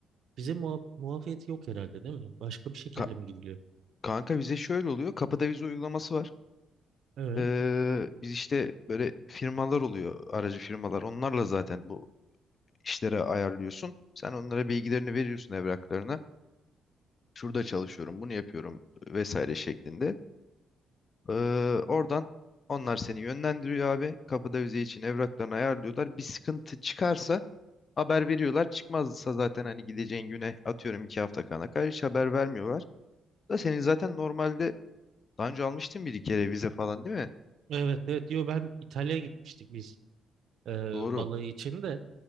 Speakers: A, on the right (about 70°); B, on the left (about 40°).
A: Vize muaf muafiyeti yok herhalde değil mi? Başka bir şekilde
B: Ka-
A: mi gidiliyor?
B: kanka vize şöyle oluyor. Kapıda vize uygulaması var.
A: Evet.
B: Ee, biz işte böyle firmalar oluyor aracı firmalar. Onlarla zaten bu işlere ayarlıyorsun. Sen onlara bilgilerini veriyorsun evraklarına. Şurada çalışıyorum, bunu yapıyorum vesaire şeklinde. Ee, oradan onlar seni yönlendiriyor abi. Kapıda vize için evraklarını ayarlıyorlar. Bir sıkıntı çıkarsa haber veriyorlar. Çıkmazsa zaten hani gideceğin güne atıyorum iki hafta kana kadar hiç haber vermiyorlar. Da senin zaten normalde daha önce almıştın bir iki kere vize falan değil mi?
A: Evet evet diyor ben İtalya'ya gitmiştik biz. e,
B: Doğru.
A: balığı için de